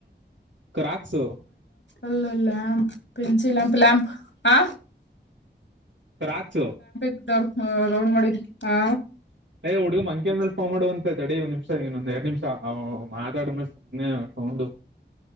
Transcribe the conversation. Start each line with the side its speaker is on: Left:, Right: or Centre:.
Right: ಕ್ರಾಕ್ಸು.
Left: ಅಲ್ಲಲ್ಲ ಪೆನ್ಸಿಲ್ ಲ್ಯಾಂಪ್ ಲ್ಯಾಂಪ್ ಆ.
Right: ಕ್ರಾಕ್ಸು.
Left: <unintelligible> ರೌಂಡ್ ಮಾಡಿ ಆ.
Right: ಏ ಹುಡುಗ ಮಂ <unintelligible> ಮಾಡುವಂತೈ ತಡಿ ಒಂದ್ ನಿಮಿಷ ಇನ್ನೊಂದ ಎರಡ್ ನಿಮಿಷ ಮಾತಾಡ್ಮೇಲೆ ಸುಮ್ಮನೆ ತಗೊಂಡು